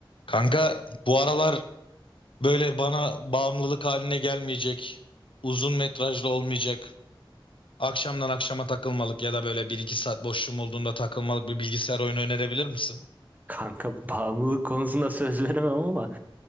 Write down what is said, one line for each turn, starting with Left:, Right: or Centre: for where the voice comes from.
Left: Kanka bu aralar böyle bana bağımlılık haline gelmeyecek, uzun metrajlı olmayacak, akşamdan akşama takılmalık ya da böyle bir iki saat boşluğum olduğunda takılmalık bir bilgisayar oyunu önerebilir misin?
Right: Kanka bağımlılık konusunda söz veremem ama